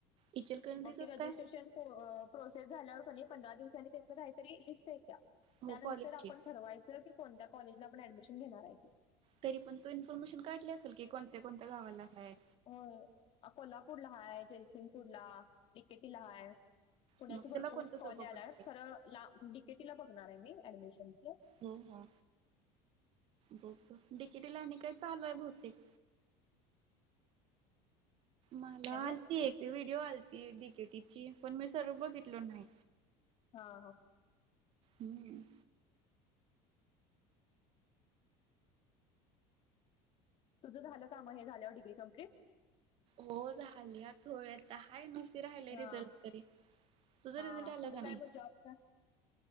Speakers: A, on the right (about 45°); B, on the left (about 45°).
A: इचलकरंजीतच
B: मग, ते रेजिस्ट्रेशन
A: काय?
B: प्रो प्रोसेस झाल्यावर कनी पंधरा दिवसांनी त्याच, काहीतरी लिस्ट् येत्या.
A: हो
B: त्यानंतर
A: कॉलेजची
B: आपण ठरवायच की, कोणत्या कॉलेजला आपण ऍडमिशन घेणार आहेत ते.
A: तरी पण तू इन्फॉर्मेशन काढली असेल की, कोणत्या कोणत्या कोणत्या गावाला आहे.
B: होय कोल्हापूरला हाय, जयसिंगपूरला एक के टी ला हय. पुण्याची
A: मग
B: भरपूर
A: त्याला कोणतं
B: स्
A: सोपं
B: कॉले आलाय
A: पडतंय.
B: खर ला डीकेटीला बघणार आहे मी ऍडमिशनच.
A: हो हा बुक डिकीटीला आणि काय चालुय आहे बहुतेक, मला
B: हॅलो
A: आलती एक ती व्हिडिओ आलती डि के टी ची पण मी सरळ बघितलो नाई.
B: हा हं
A: हम्म
B: तुझं झालं कामं हे झाल्यावर डिग्री कम्प्लीट.
A: हो झाल्यात होय आता हाय मग ती राहिलय
B: हा
A: रिझल्ट तरी. तुझं
B: हा
A: रिझल्ट
B: हा
A: आलं
B: पुढं
A: का
B: काय
A: नाही?
B: मग जॉब काय